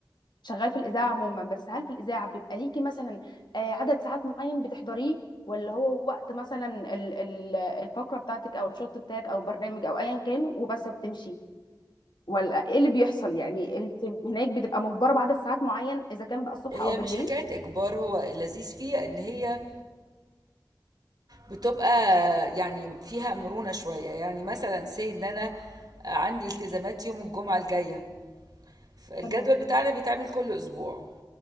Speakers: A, on the left; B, on the right.
A: شغال في الإذاعة عموما بس هل في الإذاعة بيبقى ليكي مثلا آه، عدد ساعات معين بتحضريه ولا هو وقت مثلا ال- ال- الفقرة بتاعتك أو الشوط بتاعك أو البرنامج أو أيا كان وبس بتمشي ولا إيه اللي بيحصل يعني أنت هناك بتبقى مجبرة بعدد ساعات معين إذا كان بقى الصبح
B: هي
A: أو بالليل
B: مش حكايه اجبار هو اللذيذ فيها ان هي بتبقى يعني فيها مرونه شويه يعني مثلا سي ان انا عندي التزامات يوم الجمعه الجايه فالجدول
A: تمام
B: بتاعنا بيتعمل كل اسبوع